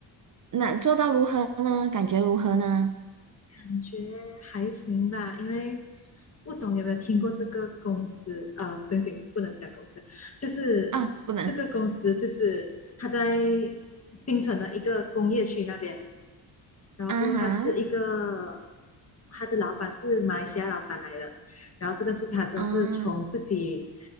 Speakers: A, on the right (about 40°); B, on the left (about 30°).
A: 那做到如何呢？感觉如何呢？
B: 感觉还行吧，因为不懂有没有听过这个公司？呃，不用不能讲公司，就是这个公司就是它在
A: 啊，不能
B: 槟城的一个工业区那边，然后过后他是一个，
A: 啊哈
B: 他的老板是马来西亚老板来的，然后这个是他这是从自己
A: 啊。